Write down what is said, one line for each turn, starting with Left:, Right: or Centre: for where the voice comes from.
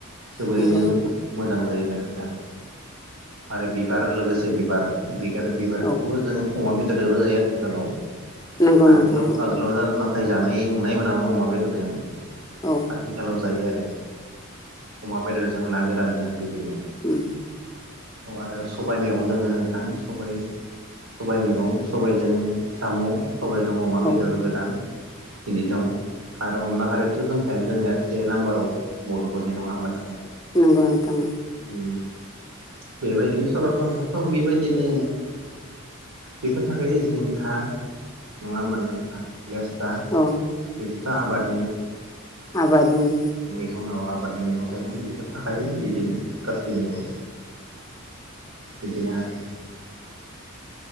Right: जोबोरैनो
Left: नंगौ नोंथां
Right: मोजां जायो। <inaudible> थां। आरो बिबार लोगोसे बि बार बि आर बिबारखौबो
Left: औ
Right: जों अमा बेदरजोंबो जायो आथिखालाव।
Left: नंगौ
Right: आगोलाव
Left: नोंथां
Right: आगोलाव <unintelligible> थाय जानाय नुनाय मोनामोन अमा बेदरजों।
Left: औ
Right: आथिखालाव जायो आ <inaudible> अमा बेदरजों ना गोरान जों बिदिनो
Left: औ
Right: आरो सबाइ मैगं दोङो नोंथां सबाइ-सबाइ मैगं सबाइजों साम' सबाइजों अमा बेदर
Left: औ
Right: गोरान बिदि दं आरो अनला खारैथ' दोंखायानो जोंनिया से नाम्बाराव बर'फोरनि नङा होमबा नोंथां
Left: नंगौ नोंथां
Right: उम बेबायदिनो सरासनस्राथ' बेबायदिनो बेफोर थाखाय जिंखा नङा होम्बा नोंथां लेस्रा
Left: औ
Right: जुथा आबादनि
Left: आबादनि
Right: फुङाव आबादनि मैगं थाइगं बेखौ थाखायो बिदिनो गासै नियावबो बिदिनो आरो